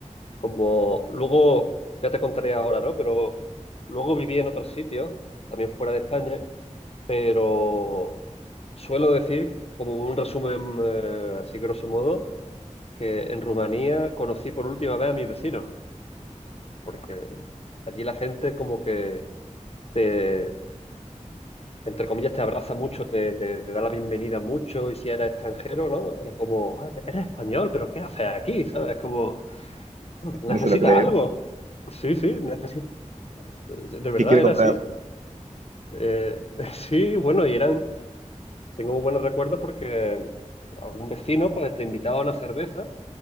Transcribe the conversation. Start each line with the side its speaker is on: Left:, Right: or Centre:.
Left: Como luego, ya te contaré ahora, ¿no? Pero luego viví en otro sitio, también fuera de España, pero suelo decir, como un resumen eh, así grosso modo, que en Rumanía conocí por última vez a mi vecino. porque allí la gente como que te, entre comillas, te abraza mucho, te, te- te da la bienvenida mucho, y si eres extranjero, ¿no? Eres como, "Ah, eres español, pero ¿qué haces aquí? ¿Sabes? Es como, "Ah, necesitas
Right: No se lo creen.
Left: algo. Sí, sí, necesito. De verdad
Right: ¿Qué quiere comprar?
Left: era así. Eh, <laughs> sí, bueno, y eran, tengo muy buenos recuerdos porque algún vecino pues te invitaba a una cerveza